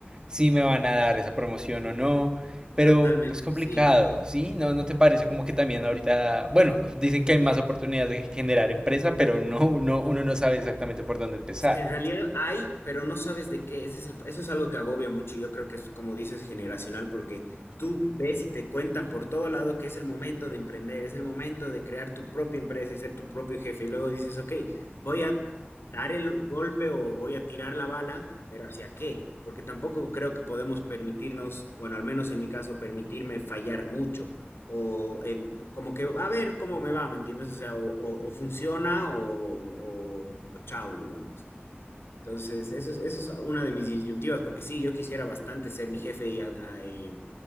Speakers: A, on the right; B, on the left.
A: si me van a dar esa promoción o no, pero
B: totalmente,
A: es complicado,
B: sí.
A: ¿sí? ¿No, no te parece como que también ahorita, bueno, dicen que hay más oportunidades de generar empresa, pero no, no uno no sabe exactamente por dónde empezar.
B: Es que en realidad hay, pero no sabes de qué. Ese es el- eso es algo que agobia mucho. Yo creo que es, como dices, generacional, porque tú ves y te cuentan por todo lado que es el momento de emprender, es el momento de crear tu propia empresa y ser tu propio jefe. Y luego dices, ok, voy a dar el golpe o voy a tirar la bala, pero ¿hacia qué? Porque tampoco creo que podemos permitirnos, bueno, al menos en mi caso, permitirme fallar mucho. O en- como que, a ver cómo me va, ¿me entiendes? O sea, o, o- o funciona o, o, o chao, digamos. Entonces, eso es, eso es una de mis disyuntivas, porque sí, yo quisiera bastante ser mi jefe y, a- a- y,